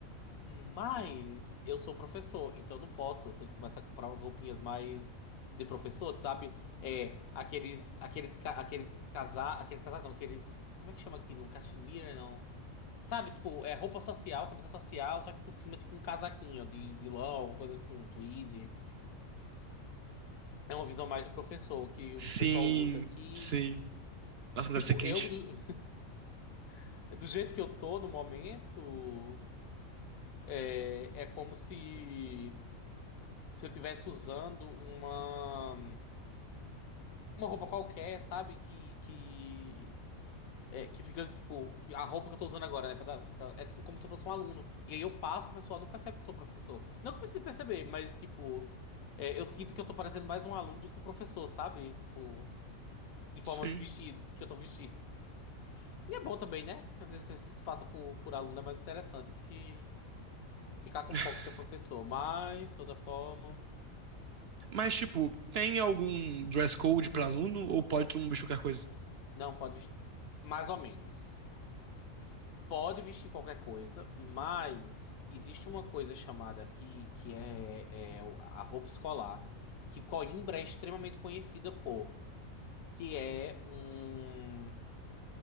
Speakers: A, on the left; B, on the right.
A: Mas eu sou professor, então eu não posso. Eu tenho que começar a comprar umas roupinhas mais de professor, sabe? É, aqueles, aqueles, ca- aqueles casar, aqueles casar, não, aqueles, como é que chama aquilo? Cachemira, não. Sabe, tipo, é roupa social, camisa social, só que por cima, tipo, um casaquinho de, de lã, alguma coisa assim, um tweed. É uma visão mais do professor, que
B: Sim,
A: o que o pessoal usa aqui.
B: sim. Nossa, mas deve
A: Tipo,
B: ser quente.
A: eu, do, <laughs> do jeito que eu tô no momento, é, é como se. se eu tivesse usando uma uma roupa qualquer, sabe? Que que é, que fica tipo a roupa que eu tô usando agora, né? pra dar- pra- é tipo como se eu fosse um aluno. E aí eu passo, o pessoal não percebe que eu sou professor. Não que precise perceber, mas tipo é, eu sinto que eu tô parecendo mais um aluno do que um professor, sabe? Tipo de forma
B: Sim.
A: de vestido, que eu tô vestido. E é bom também, né? Às vezes você se passa por, por aluno é mais interessante do que ficar com
B: <laughs>
A: foco que é professor. Mas, de toda forma,
B: Mas, tipo, tem algum dress code pra aluno ou pode todo mundo vestir qualquer coisa?
A: não pode vestir mais ou menos. Pode vestir qualquer coisa, mas existe uma coisa chamada aqui que é, é o- a roupa escolar, que Coimbra é extremamente conhecida por, que é um.